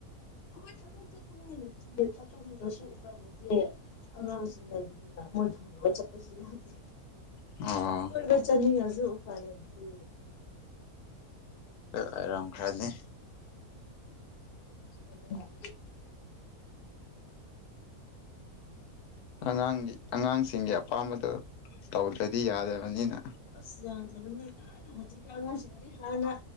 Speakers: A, on the left; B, on the left.
A: ꯑꯩꯈꯣꯏ ꯊꯕꯛ ꯆꯠꯊꯣꯛꯅꯤꯡꯉꯥꯏ ꯂꯩꯇꯤꯌꯦ ꯆꯠꯇꯔꯣ ꯄꯨꯅꯤꯡꯉꯁꯨ ꯎꯄꯥꯏ ꯂꯩꯇꯤꯌꯦ ꯑꯉꯥꯡꯁꯤꯡ ꯂꯩꯕꯅꯤꯅ ꯃꯣꯏ ꯊꯝꯃꯒ ꯆꯠꯄꯁꯨ ꯌꯥꯗꯦ
B: ꯑꯣ
A: ꯀꯣꯏꯕ ꯆꯠꯅꯤꯡꯉꯁꯨ ꯎꯄꯥꯏ ꯂꯩꯇꯦ
B: ꯑꯣꯏꯔꯥꯝꯈꯔꯥ꯭ꯅꯤ
A: ꯑꯗꯨꯅ꯫
B: ꯑꯉꯥꯡꯒꯤ ꯑꯉꯥꯡꯁꯤꯡꯒꯤ ꯑꯄꯥꯝꯕꯗꯣ ꯇꯧꯗ꯭ꯔꯗꯤ ꯌꯥꯗꯕꯅꯤꯅ
A: ꯑꯁ ꯌꯥꯗꯕꯅꯤ ꯀꯥꯏꯅ ꯍꯧꯖꯤꯛꯀꯥꯟ ꯑꯉꯥꯡꯁꯤꯡꯗꯤ ꯍꯥꯟꯅ